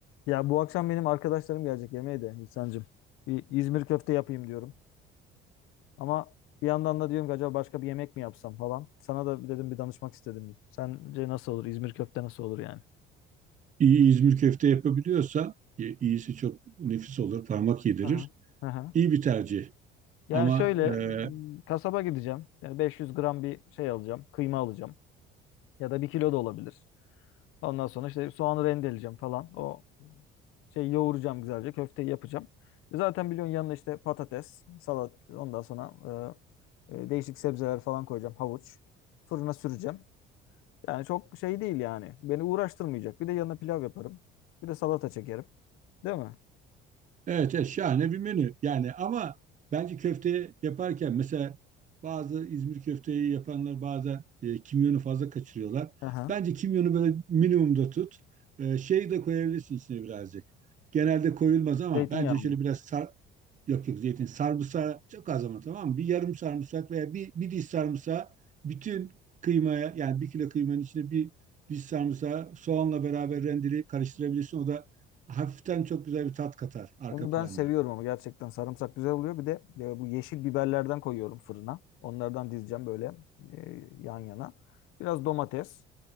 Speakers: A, on the left (about 80°); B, on the right (about 35°).
A: Ya bu akşam benim arkadaşlarım gelecek yemeğe de İhsan'cığım. Bir İzmir köfte yapayım diyorum. Ama bir yandan da diyorum ki acaba başka bir yemek mi yapsam falan. Sana da dedim bir danışmak istedim. Sence nasıl olur? İzmir köfte nasıl olur yani?
B: İyi İzmir köfte yapabiliyorsan e, iyisi çok nefis olur, parmak yedirir.
A: Aha. Aha.
B: İyi bir tercih.
A: Yani
B: Ama
A: şöyle
B: e,
A: m, kasaba gideceğim. Yani 500 gram bir şey alacağım. Kıyma alacağım. Ya da bir kilo da olabilir. Ondan sonra işte soğanı rendeleyeceğim falan. O şey yoğuracağım güzelce. Köfteyi yapacağım. E, Zaten biliyorsun yanına işte patates, salat, ondan sonra e, e, değişik sebzeler falan koyacağım. Havuç. Fırına süreceğim. Yani çok şey değil yani. Beni uğraştırmayacak. Bir de yanına pilav yaparım. Bir de salata çekerim. Değil mi?
B: evet, evet şahane bir menü. Yani ama bence köfte yaparken mesela bazı İzmir köfteyi yapanlar bazen e, kimyonu fazla kaçırıyorlar.
A: Aha.
B: Bence kimyonu böyle minimumda tut. E, şey de koyabilirsin içine birazcık. Genelde koyulmaz ama
A: Zeytinyağı
B: bence şöyle
A: mı?
B: biraz sar, Yok yok zeytin. Sarımsağı çok az ama tamam mı? Bir yarım sarımsak veya bir, bir diş sarımsağı bütün kıymaya yani bir kilo kıymanın içine bir diş sarımsağı soğanla beraber rendeleyip karıştırabilirsin. O da hafiften çok güzel bir tat katar arka
A: Onu
B: planda.
A: ben seviyorum ama gerçekten sarımsak güzel oluyor. Bir de e, bu yeşil biberlerden koyuyorum fırına. Onlardan dizeceğim böyle e, yan yana. Biraz domates.